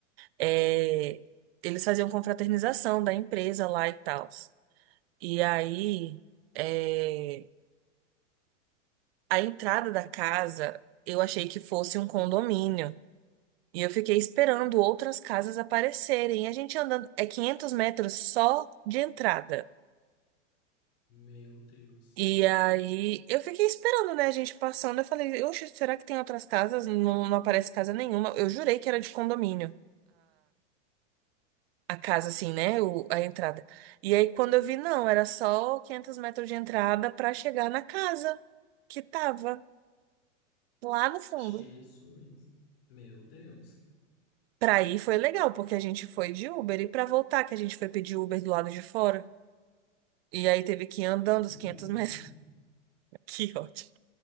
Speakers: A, on the right; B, on the left.
A: é, eles faziam confraternização da empresa lá e tal. E aí, é, a entrada da casa, eu achei que fosse um condomínio. E eu fiquei esperando outras casas aparecerem. E a gente andando, é 500 metros só de entrada.
B: Meu Deus,
A: E aí, eu fiquei esperando, né, a gente passando. Eu falei, oxe, será que tem outras casas? Não, não aparece casa nenhuma. Eu jurei que era de condomínio a casa, assim, né? O, a entrada. E aí, quando eu vi, não, era só 500 metros de entrada pra chegar na casa que tava lá no fundo.
B: Jesus, meu Deus,
A: Pra ir foi legal, porque a gente foi de Uber. E pra voltar, que a gente foi pedir Uber do lado de fora. E aí teve que ir andando
B: <laughs>
A: os 500 metros. <laughs> Que ótimo.